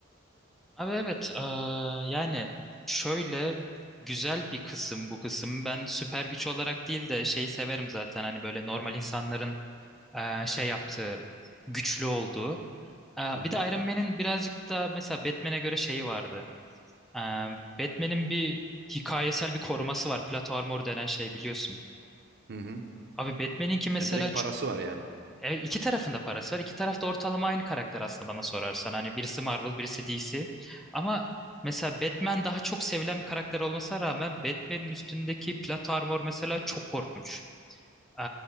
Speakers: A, in the centre; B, on the right.
A: Abi evet, e, yani şöyle güzel bir kısım bu kısım. Ben süper güç olarak değil de şeyi severim zaten. Hani böyle normal insanların e, şey yaptığı, güçlü olduğu. E,
B: Hı hı.
A: bir de Iron Man'in birazcık da mesela Batman'e göre şeyi vardı. Ee, Batman'in bir hikayesel bir koruması var. Plato Armor denen şey biliyorsun.
B: Hı hı.
A: Abi Batman'inki mesela
B: Ya direkt
A: ç-
B: parası var yani.
A: e, iki tarafında parası var. İki tarafta ortalama aynı karakter aslında bana sorarsan. Hani birisi Marvel, birisi DC. Ama mesela Batman daha çok sevilen bir karakter olmasına rağmen Batman'in üstündeki Plato Armor mesela çok korkunç. Ee,